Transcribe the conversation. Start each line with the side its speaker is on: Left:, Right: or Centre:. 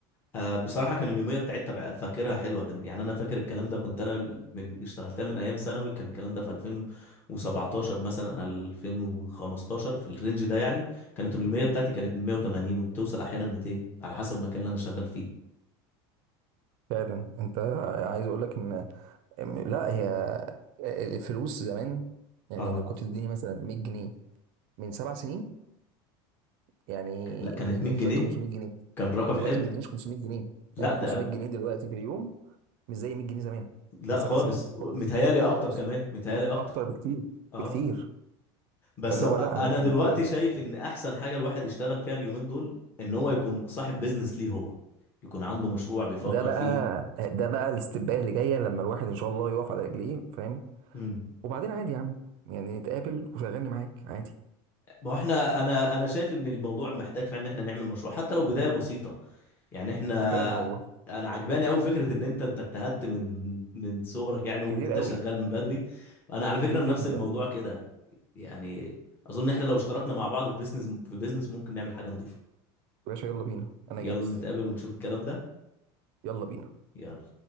Left: آه بصراحة كان اليومية بتاعتها بقى فاكرها حلوة كان يعني أنا فاكر الكلام ده كنت أنا من اشتغلتها من أيام ثانوي كان الكلام ده في 2017 مثلا 2015 في الرينج ده يعني كانت اليومية بتاعتي كانت 180 وبتوصل أحيانا 200 على حسب المكان اللي أنا شغال فيه
Right: فعلا انت عايز اقول لك ان لا هي الفلوس زمان يعني
Left: آه
Right: لو كنت تديني مثلا 100 جنيه من سبع سنين يعني
Left: لا كانت
Right: ما تدينيش
Left: 100 جنيه
Right: دلوقتي 500 جنيه
Left: كان رقم
Right: دلوقتي
Left: حلو
Right: ما تدينيش 500 جنيه
Left: لا
Right: يعني
Left: ده
Right: 500 جنيه دلوقتي في اليوم مش زي 100 جنيه زمان
Left: لا
Right: في سبع
Left: خالص
Right: سنين خالص
Left: متهيألي
Right: خالص
Left: أكتر كمان متهيألي أكتر
Right: اكتر بكتير
Left: آه
Right: بكتير
Left: بس
Right: فاللي هو لا انا
Left: انا
Right: كنت
Left: دلوقتي شايف ان احسن حاجه الواحد يشتغل فيها اليومين دول ان هو يكون صاحب بيزنس ليه هو يكون عنده مشروع بيفكر
Right: وده بقى
Left: فيه
Right: ده بقى الاستباء اللي جايه لما الواحد ان شاء الله يقف على رجليه فاهم
Left: امم
Right: وبعدين عادي يا عم يعني نتقابل وشغلني معاك عادي
Left: ما هو احنا انا انا شايف ان الموضوع محتاج فعلا ان احنا نعمل مشروع حتى لو بدايه بسيطه يعني احنا
Right: فعلا والله
Left: انا عجباني قوي فكره ان انت انت اجتهدت من من صغرك يعني وان
Right: كتير
Left: انت
Right: قوي
Left: شغال من بدري انا على فكره
Right: كتير
Left: نفس
Right: جدا
Left: الموضوع
Right: يا
Left: كده يعني اظن احنا لو اشتركنا مع بعض في بيزنس في بيزنس ممكن نعمل حاجه نظيفه
Right: باشا يلا بينا انا
Left: يلا
Right: جاهز
Left: نتقابل ونشوف الكلام ده
Right: يلا بينا
Left: يلا